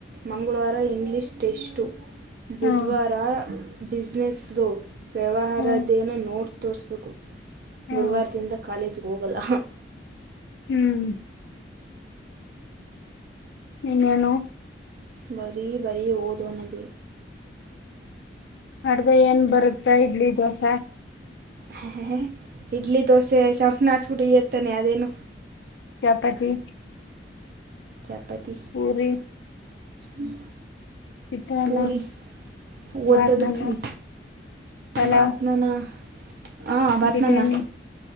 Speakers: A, on the right; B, on the left.
A: ಮಂಗಳವಾರ ಇಂಗ್ಲೀಷ್ ಟೆಸ್ು ಬುಧವಾರ
B: ಹಾ
A: ಬಿಸಿಸಿನೆಸ್ ಲ ವ್ಯವಹಾರಧೇನ
B: ಹ್ಮ
A: ನೋಟ್ ತೋರಿಸ್ಬೇಕು
B: ಹಾ
A: ಗುರುವಾರದಿಂದ ಕಾಲೇಜಿಗೆ ಹೋಗಲ್ಲ
B: ಹ್ಮ್ ಇನ್ನೇನು
A: ಬರೀ ಬರೀ ಓದೋನದ
B: ಅಡ್ದ ಏನ್ ಬರುತ್ತ ಇಡ್ಲಿ ದೋಸೆ
A: ಹಾ ಇಡ್ಲಿ ದೋಸೆ ಚಂಪುನ ಆಡ್ಸ್ಬಿಟ್ಟು ಇತಾನೆ ಅದೇನು
B: ಚಪತಿಿ
A: ಜಪತಿಿ
B: ಪೂರಿ
A: ಹ್ಮ
B: ಚಿತ್ರಾನ್ನ
A: ಪೂರಿ ಹತ್ತುದವಿ
B: ಬಾತ್ನನ್ನ ಪಲಾವ್
A: ಬಾತನಾಾನಾ ಹಾಂ ಬತ್ನಮ್ಮ
B: ಬಿರಿಯಾನಿ